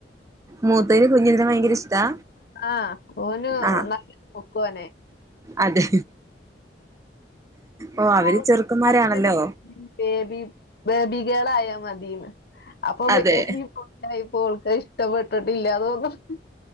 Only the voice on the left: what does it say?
ആ ഓനു
ന പക്കോനെ
ഓള്
അതിനൊരു ബേബി ബേബി ഗേളായാ മതീന്ന്. അപ്പൊ വേ
ബി പോപ്പോക്ക ഇഷ്ടപ്പെെട്ട പെടില്ല തോന്നുണു